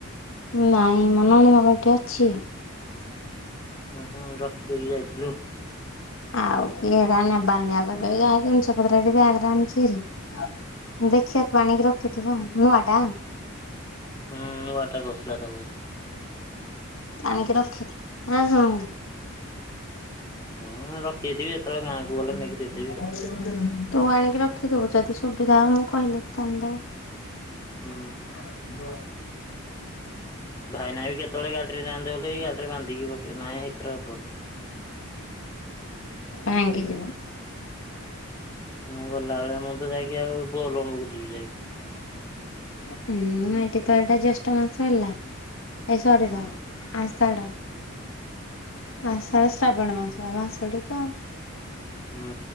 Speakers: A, on the left; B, on the left.
A: ନାଇଁ ମନେ ମନେ କଣ ଏଇଠି ଅଛି?
B: ହୁଁ ହୁଁ ରଖିଦେଇକି ଯାଇଥିଲୁ।
A: ଆଉ କିଏ ନେବା ଆଣିବା କରିବ ଯାହା ଜିନିଷ ପତ୍ର ବ୍ୟାଗରେ ଆଣିଛି ହେରି। ଦେଖିବା ପାଣିକି ରଖିଥିବ ନୂଆ ଟା?
B: ହୁଁ ନୂଆ ଟା କରିଥିଲା ତାକୁ
A: ଆଣିକି ରଖିଥା ହଁ।
B: ହୁଁ ରଖିଦେଇଥିବି
A: <inaudible>
B: ଯେତେବେଳେ ଗାଁକୁ ଗଲେ ନେଇକି ଦେଇଦେବି ଆଉ।
A: ତୁ ଆଣିକି ରଖିଦବୁ ଯଦି ସୁବିଧା ହବ ମୁଁ କହିଲେ ତ ଆଣିଦେବ।
B: ହୁଁ
A: ହଁ।
B: ଭାଇନା ବି କେତେବେଳେ ଗାଡ଼ିରେ ଯାଆନ୍ତେ ବେଳେ ଗାଡ଼ିରେ ବାନ୍ଧିକି ପକେଇ ନାଁ ଏଥେରେ ହବନି।
A: ଭାଙ୍ଗି ଯିବ।
B: ହଁ ଗଲାବେଳେ ମୁଁ ତ ଯାଇକି ଆଉ ବଲମ୍ବକୁ ଯିବି ଯାଇକି।
A: ହୁଁ ଏଠି ତ ଏଇଟା ଜେଷ୍ଠ ମାସ ହେଲା ଏଇ ସରିଲା।
B: ହୁଁ
A: ଆଷାଢ଼ ଆଷାଢ଼ ଶ୍ରାବଣ ମାସ ମାସଟି ତ।
B: ହୁଁ